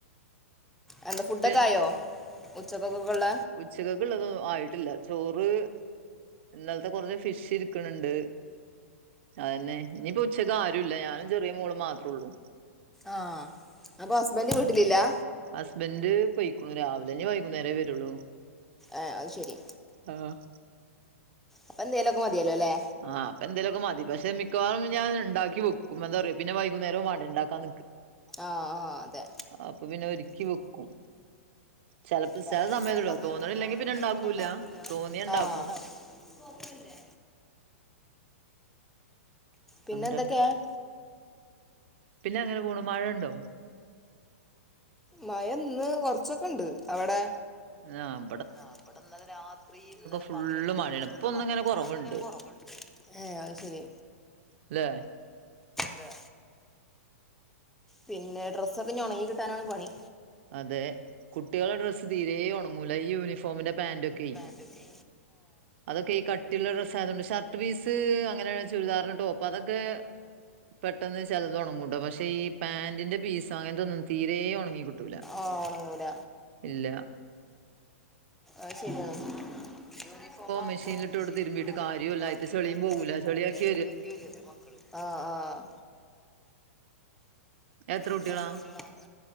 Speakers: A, in the centre; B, on the right.
A: എന്താ ഫുഡൊക്കെ
B: പി
A: ആയോ? ഉച്ചക്കൊക്കള്ള
B: ഉച്ചക്കുള്ളത് ആയിട്ടില്ല ചോറ് ഇന്ന കുറച്ച് ഫിഷ് ഇരിക്കാണ്ട്. അതെന്നെ ഇനിയിപ്പോ ഉച്ചക്ക് ആരുംല്ല ഞാനും ചെറിയ മോളും മാത്രേ ള്ളു
A: ആഹ് അപ്പോ ഹസ്ബൻഡ് വീട്ടിലില്ലാ
B: ഹസ്ബൻഡ് പോയിക് ണു രാവിലെഞ് വൈകുന്നേരം വരുള്ളൂ
A: ആഹ് അത് ശരി
B: ആഹാ.. !
A: അപ്പോ എന്തേലോക്കെ മതിയല്ലോ അല്ലേ?
B: ആഹ്പ്പൊ എന്തേലൊക്കെ മ തി പക്ഷെ മിക്കവാറുംഞാൻ ഉണ്ടാക്കിവെക്കും അ തറിയോ പിന്നെ വൈകുന്നേരൊ വേണ്ടേ ഉണ്ടാക്കാൻ
A: ആഹ് ആഹ അതെ
B: അപ്പൊ പിന്നെ ഒരുക്കി വെക്കും ചെലപ്പോ
A: ചിലപ്പ
B: ചെല സമയത്ത്ട്ടോ
A: സമയല്ലട
B: തോന്നണില്ലെങ്കി
A: തോന്നില്ലെങ്കി
B: ഇണ്ടാക്കൂല്ല
A: പിന്നെ ഇണ്ടാക്കൂല ഇപ്പൊ
B: തോന്നിയ ഇണ്ടാക്കും
A: ഓക്കേ അല്ലെ പിന്നെന്തൊക്കെയാണ്.
B: അങ്ങട്ട് കെടക്കും പിന്നെ എങ്ങനെ പോണ് മഴ ഉണ്ടോ
A: മഴ ഇന്ന് കൊറച്ചൊക്കെ ഉണ്ട് അവിടെ
B: ആം
A: ആഹ് ഇവിടെ ഇന്നലെ രാത്രി ഇന്നലെ
B: ഫുള്ള്
A: പകലൊക്കെ
B: മഴയാണ്
A: ഫുള്ള്
B: ഇപ്പൊ ഒന്നിങ്ങനെ
A: മഴ ഇപ്പൊ
B: കൊറവുണ്ട്
A: ഒന്ന് ഇങ്ങനെ കൊറവുണ്ട് ഏഹ് അത് ശരി
B: ല്ലേ
A: തേ... പിന്നെ, ഡ്രസ്സൊക്ക ഞ്ഞി ഒണങ്ങി കിട്ടാനാണ് പണി.
B: അതെ കുട്ടികളുടെ ഡ്രസ്സ് തീരേ ഒ ണങ്ങൂല ഈ യൂണിഫോമിന്റെ പാന്റൊ ക്കെ
A: തെ ത്തീ...
B: അതൊക്കെ ഈ കട്ടി ള്ള ഡ്രസ്സാ യതൊണ്ട് ഷർട്ട് പീസ് അങ്ങനെ ചുരിദാറിന് ടോപ്പ് അതൊക്കെ പെട്ടെന്ന് ചിലത് ഉണങ്ങൂട്ടോ പക്ഷെ ഈ പാന്റിന്റെ പീസായോണ്ട് തീരെ ഒ ണങ്ങികി പറ്റൂ ല
A: ആഹ് ഒണങ്ങൂല
B: ഇല്ല
A: അത്ശെ രിയാ യൂണിഫോം ആവുമ്പോ
B: മെഷീനിലിട്ട്
A: മെഷീനിട്ടോട്
B: കൊടുത്ത് തിരുമ്പീട്ട് കാര്യവുല്ല.
A: രുമ്പീട്ട്ക
B: അയ്ത്തെ ചെളിയും പോകൂല.
A: ചെളിയ പോകല
B: ചെളിയാക്കി
A: ചെളിയ ആക്കി വരല്ലേ മക്കള് ആഹ് ആഹ്
B: എത്ര
A: പില്ല
B: കുട്ടികളാ?
A: എത്രൂട്ടി കള